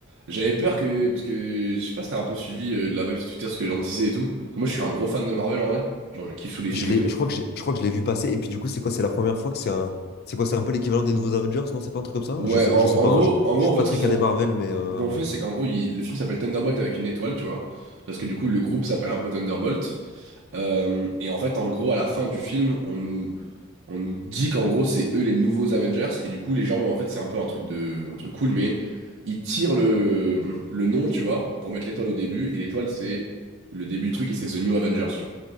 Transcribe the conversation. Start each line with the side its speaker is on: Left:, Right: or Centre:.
Right: J'avais peur que. Parce que je sais pas si t'as un peu suivi euh, la vibe sur Twitter, ce que les gens disaient et tout. Parce que moi, je suis un gros fan de Marvel en vrai. Genre, je kiffe tous les films
Left: Je l'ai,
Right: et tout.
Left: je crois que j'ai, je crois que je l'ai vu passer. Et puis du coup, c'est quoi? C'est la première fois que c'est un, c'est quoi? C'est un peu l'équivalent des nouveaux Avengers? Non, c'est pas un truc comme ça?
Right: Ouais,
Left: Je, sais-
Right: en,
Left: je
Right: en
Left: sais pas.
Right: gros,
Left: hein, je,
Right: en gros,
Left: je suis
Right: en fait,
Left: pas très
Right: ce qu'ils
Left: calé
Right: ont,
Left: Marvel, mais euh,
Right: ce qu'ils ont fait, c'est qu'en gros, ils- le film s'appelle Thunderbolt avec une étoile, tu vois. Parce que du coup, le groupe s'appelle un peu Thunderbolt. Euh, et en fait, en gros, à la fin du film, on nous, on nous dit qu'en gros c'est eux les nouveaux Avengers et du coup les gens en fait c'est un peu un truc de un truc cool mais ils tirent le le nom tu vois pour mettre l'étoile au début et l'étoile c'est le début du truc et c'est The New Avengers tu vois.